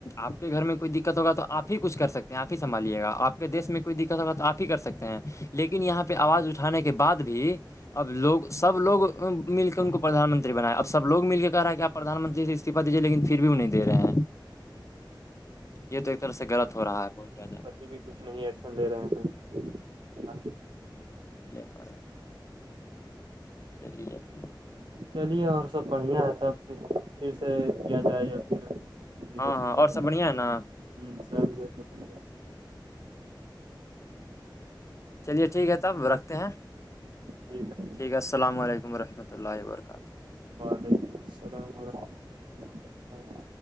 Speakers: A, on the left (about 35°); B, on the right (about 70°).
A: آپ کے گھر میں کوئی دقت ہوگا تو آپ ہی کچھ کر سکتے ہیں آپ ہی سنبھالیے گا آپ دیس میں کوئی دقت ہو آپ ہی کر سکتے ہیں لیکن یہاں پہ آواز اٹانے کے بعد بھی اب لوگ سب لوگ مل کے ان کو پردان منتری بناائے اب سب لوگ مل کے کہ رہا ہے کہ آپ پردان منتری سے استعفہ دیجیے لیکن پھر بھی وہ نہیں دے رہے ہیں
B: ہ
A: یہ تو ایک طرح سے غلط ہو رہا ہے بہت زیادہ
B: ا بھی کچھ نہیں ایکشن لے رہے ہیں
A: ہ <inaudible> چلی <unintelligible>
B: چلیے اور سب بڑھیا ہے تبھر پھر سے کیا جائے یا پھر ابھی
A: ہاں
B: روک
A: ہاں
B: لیا
A: اور
B: جائے
A: سب بڑھیا ہے نا
B: ہ سب ادھر بڑ
A: چلیے ٹھیک ہے تب رکھتے ہیں
B: ٹھیک ہے
A: ٹھیک ہے السلام علیکم رحمۃ اللہ وبرکاتہ
B: وعلیکم السلام ورحمۃ اللہ وبرکاتہ